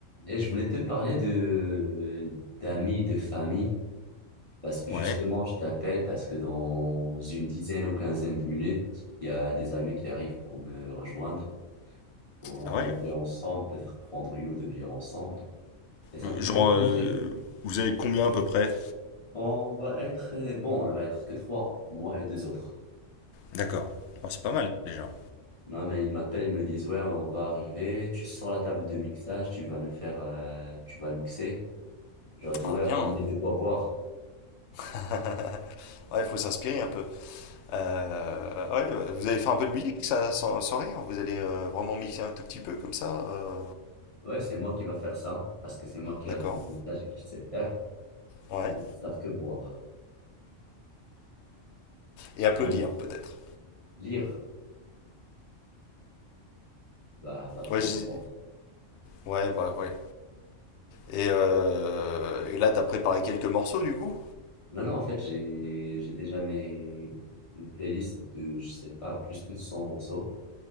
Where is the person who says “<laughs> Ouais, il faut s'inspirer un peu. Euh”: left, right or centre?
Left